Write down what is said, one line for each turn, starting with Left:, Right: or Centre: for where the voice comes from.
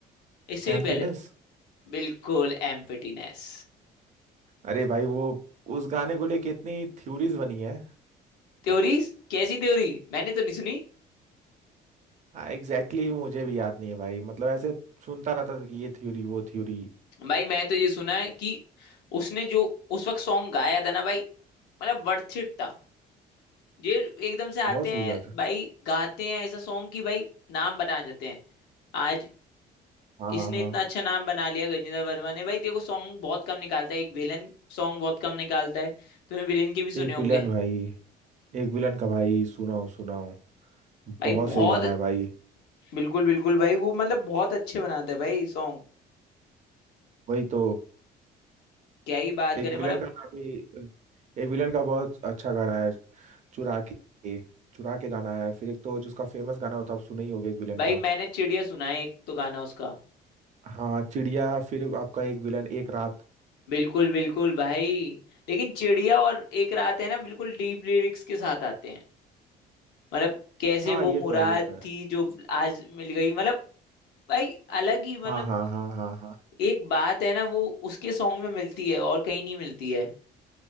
Left: इससे
Right: एम्प्टीनेस
Left: भी पहले बिल्कुल एम्प्टीनेस
Right: अरे भाई वो उस गाने को लेके इतनी थ्योरीज बनी है
Left: थ्योरी कैसी थ्योरी मैंने तो नहीं सुनी
Right: हाँ एग्जैक्टली exactly मुझे भी याद नहीं है भाई मतलब ऐसे सुनता रहता था कि ये थ्योरी वो थ्योरी
Left: भाई मैं तो ये सुना है कि उसने जो उस वक्त सॉन्ग गाया था ना भाई मतलब वर्थ इट था ये एकदम से आते
Right: बहुत सही
Left: हैं
Right: कहा था
Left: भाई गाते हैं ऐसा सॉन्ग कि भाई नाम बना जाते हैं आज
Right: हाँ
Left: इसने
Right: हाँ हाँ
Left: इतना अच्छा नाम बना लिया गजेंद्र वर्मा ने भाई देखो सॉन्ग बहुत कम निकालता है एक विलन सॉन्ग बहुत कम निकालता है तुमने विलन के भी
Right: एक
Left: सुने होंगे
Right: विलन भाई एक विलन का भाई सुनाओ सुनाओ
Left: भाई
Right: बहुत
Left: बहुत
Right: सही गाना है भाई
Left: बिल्कुल बिल्कुल भाई वो मतलब बहुत अच्छे बनाता है भाई सॉन्ग
Right: वही तो
Left: क्या ही बात
Right: एक
Left: करें मतलब
Right: विलन का भी एक विलन का बहुत अच्छा गाना है चुरा के चुरा के गाना है फिर एक तो जिसका फेमस गाना होता है आप सुने ही होगे एक विलन
Left: भाई
Right: का
Left: मैंने चिड़िया सुना है एक तो गाना उसका
Right: हाँ चिड़िया फिर आपका एक विलन एक रात
Left: बिल्कुल बिल्कुल भाई लेकिन चिड़िया और एक रात है ना बिल्कुल डीप लिरिक्स के साथ आते हैं मतलब कैसे
Right: हाँ
Left: वो
Right: ये
Left: मुराद
Right: तो है ये तो है
Left: थी जो आज मिल गई मतलब भाई अलग ही मतलब
Right: हाँ हाँ हाँ हाँ हाँ
Left: एक बात है ना वो उसके सॉन्ग में मिलती है और कहीं नहीं मिलती है